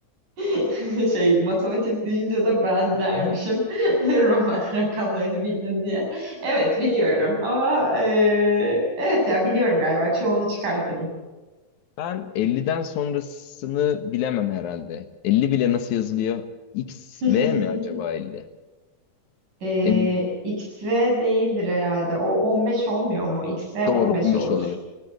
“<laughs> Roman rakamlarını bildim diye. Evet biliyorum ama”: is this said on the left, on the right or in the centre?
Right